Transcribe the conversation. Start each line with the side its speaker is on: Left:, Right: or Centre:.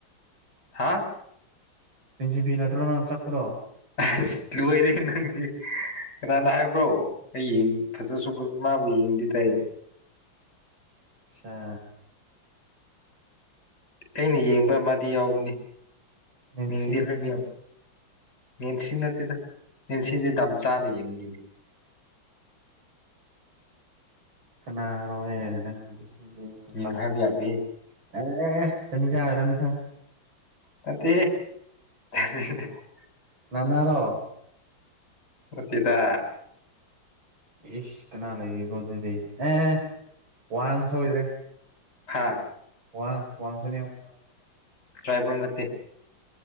Left: ꯍꯥ
Right: ꯔꯤꯟꯁꯤꯝꯐꯤ ꯅꯠꯇ꯭ꯔꯣ ꯅꯪ ꯆꯞꯄꯗꯣ
Left: ꯑꯁ ꯂꯣꯏꯔꯦ ꯅꯪꯖꯦ ꯀꯅꯥꯅ ꯍꯥꯏꯕ꯭ꯔꯣ ꯑꯩ ꯐꯖꯁꯨ ꯃꯥꯕꯨ ꯌꯦꯡꯗꯦꯗ ꯑꯩ
Right: ꯁꯥ
Left: ꯑꯩꯅ ꯌꯦꯡꯕ ꯑꯃꯥꯗꯤ ꯌꯥꯎꯕꯅꯦ
Right: ꯑꯦꯟ
Left: ꯃꯤꯡꯗꯤ
Right: ꯁꯤꯗ
Left: ꯍꯥꯏꯕ ꯌꯥ ꯃꯦꯟꯁꯤ ꯅꯠꯇꯦꯗ ꯃꯦꯟꯁꯤꯗꯤ ꯗꯥꯝꯆꯥꯅ ꯌꯦꯡꯉꯤꯅꯤ
Right: <unintelligible> ꯀꯅꯥꯔꯣꯏꯑꯦ ꯅꯪꯒꯤꯗꯤ ꯈꯪꯗꯦ
Left: ꯃꯤꯡ
Right: ꯂꯥꯁꯇ
Left: ꯍꯥꯏꯕ ꯌꯥꯗꯦꯍꯦ
Right: ꯑꯦ <unintelligible> ꯈꯪꯑꯦ
Left: ꯅꯠꯇꯦꯍꯦ <unintelligible>
Right: ꯅꯥꯅꯥꯔꯣ
Left: ꯅꯠꯇꯦꯗ
Right: ꯏꯁ ꯀꯅꯥꯅ ꯢꯕ꯭ꯔꯣ ꯑꯗꯨꯗꯤ ꯑꯦ ꯋꯥꯡ ꯁꯣꯏꯗ꯭ꯔꯦ
Left: ꯐꯥ
Right: ꯋꯥꯥꯡ ꯋꯥꯡꯁꯨꯅꯦ
Left: ꯇ꯭ꯔꯥꯏꯕꯜ ꯅꯠꯇꯦ